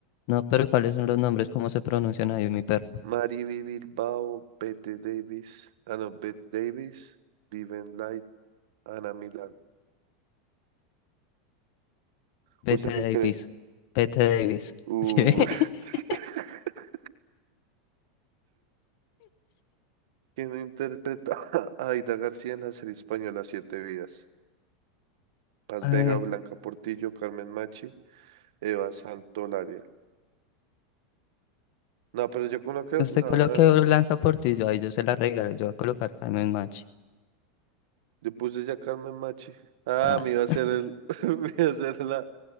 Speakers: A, on the left; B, on the right.
A: No, pero ¿cuáles son los nombres? ¿Cómo se pronuncian ahí, mi perro?
B: Mariby Bilbao, Bette Davis. Ah, no, Bette Davis, Viven Light, Ana Milán.
A: Bette
B: ¿Usted
A: Davis.
B: qué cree?
A: Bette Davis.
B: Uh,
A: ¿Sí ve? <laughs>
B: <laughs> ¿quién interpreta a Aida García en la serie española Siete Vidas? Paz
A: Eh,
B: Vega, Blanca Portillo, Carmen Machi, Eva Santolaria. No, pero yo con lo que... No,
A: usted coloque Blanca Portillo. Ahí yo se la regalo. Yo voy a colocar Carmen Machi.
B: yo puse ya Carmen Machi. Ah,
A: Ah,
B: me iba a hacer el... <laughs> me iba a hacer la...